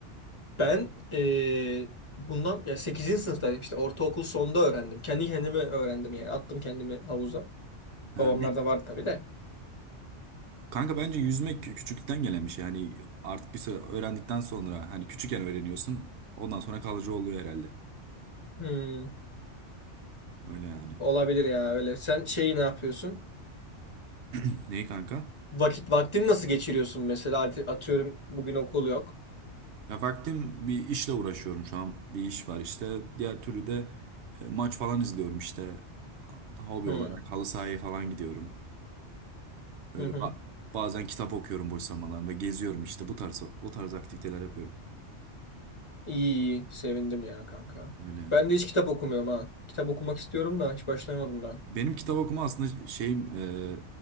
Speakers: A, on the left; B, on the right.
A: Ben ee, bundan ya 8. sınıftaydım işte ortaokul sonda öğrendim. Kendi kendime öğrendim yani. Attım kendimi havuza.
B: Ha,
A: Babamlar
B: bir,
A: da vardı tabii de.
B: kanka bence yüzmek kü- küçüklükten gelen bir şey. Yani artık bir süre öğrendikten sonra hani küçükken öğreniyorsun. Ondan sonra kalıcı oluyor herhalde.
A: Hmm,
B: Öyle yani.
A: olabilir ya öyle. Sen şeyi ne yapıyorsun?
B: <clears throat> Neyi kanka?
A: Vakit vaktini nasıl geçiriyorsun mesela? At- Atıyorum bugün okul yok.
B: Ya vaktim bir işle uğraşıyorum şu an. Bir iş var işte. Diğer türlü de e, maç falan izliyorum işte. Hobi
A: Hmm.
B: olarak halı sahaya falan gidiyorum. Öyle
A: Hı hı.
B: ba- bazen kitap okuyorum boş zamanlarında. Geziyorum işte bu tarz o tarz aktiviteler yapıyorum.
A: İyi, iyi. Sevindim ya kanka.
B: Öyle yani.
A: Ben de hiç kitap okumuyorum ha. Kitap okumak istiyorum da hiç başlayamadım daha.
B: Benim kitap okuma aslında şeyim e,